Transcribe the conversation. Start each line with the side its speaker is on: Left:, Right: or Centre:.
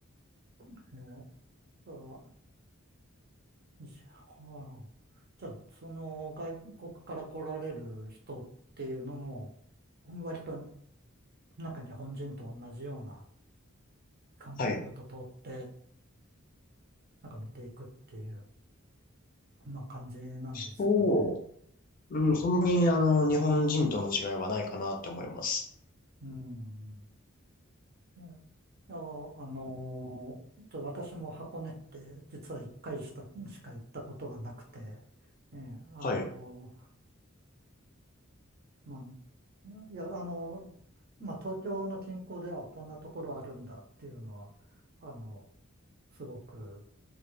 Right: ええ、そう、じゃあ、はあじゃあその外国から来られる人っていうのも、割となんか日本人と同じような観光ルート通って、
Left: はい。
Right: なんか見ていくっていう。まあ感じなんですかね。
Left: そううん、そんなに、あの、日本人との違いはないかなって思います。
Right: うんえいや、あのーちょ私も箱根って実は一回したしか行ったことがなくて、ええあの
Left: はい、
Right: ーまあ、いや、あのーまあ東京の近郊ではこんなところあるんだっていうのは、あのすごく